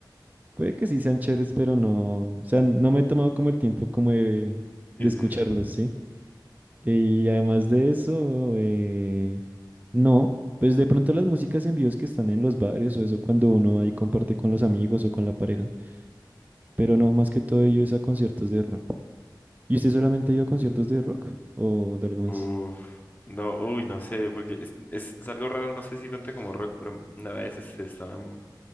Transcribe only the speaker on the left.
Sí,
sí, sí.
Uf. No, uy, no sé, porque es, es, es algo raro, no sé si cuenta como rock, pero una vez este, estaba en,